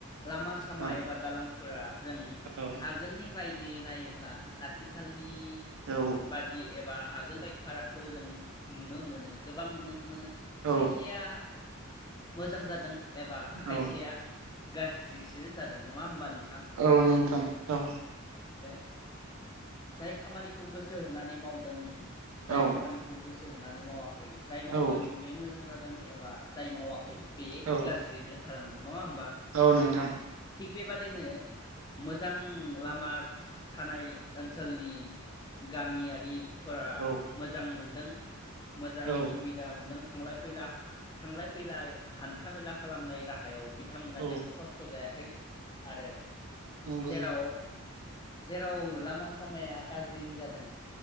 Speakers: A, on the left; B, on the right.
A: लामा सामा
B: औ
A: एबा दालांफोरा जों
B: औ
A: आगोलनि बायदि बिदि नायोब्ला आथिखालनि
B: औ
A: बादि एबा आगोलाय फारागखौ जों नुनो मोनो गोबां नुनो मोनो मोनो
B: औ
A: खायसेया मोजां जादों एबा खायसेया
B: औ
A: गाज्रि बिदिसो जादों नङा होमबा नों
B: औ नोंथां औ
A: जाय खामानिखौ गोसो होनानै मावदों जाय
B: औ
A: खामानिखौ गोसो होनानै मावाखै जाय मावदों
B: औ
A: बे मोजां जादों एबा जाय मावाखै बे
B: औ
A: गाज्रियनो थालांदों नंआहोनबा
B: औ नोंथां
A: थिग बेबादिनो मोजां लामा थानाय ओनसोलनि गामियारि फोरा
B: औ
A: मोजां मोनदों मोजां
B: औ
A: सुबिदा मोनदों थांलाय फैला थांलाय फैलाय हान्था मेला खालामनाय राहायाव बिथांमोना
B: औ
A: जेबो खस्थ' जायाखै ओय आरो
B: नंगौ
A: जेराव जेराव लामा सामाया गाज्रि जादों